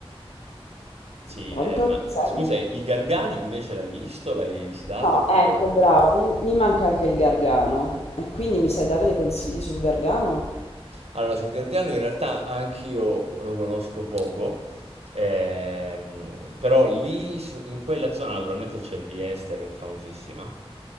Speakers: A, on the right; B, on the left.
A: Sì,
B: Pronto?
A: eh, ma
B: Ci sei?
A: scusa, il Gargano invece l'hai visto? L'hai visitato?
B: No,
A: Oppure...
B: ecco, brava, mi, mi manca anche il gargano. E quindi mi sai dare dei consigli sul gargano?
A: Allora, sul Gargano in realtà anch'io lo conosco poco, ehm, però lì su- in quella zona naturalmente c'è Vieste che è famosissima,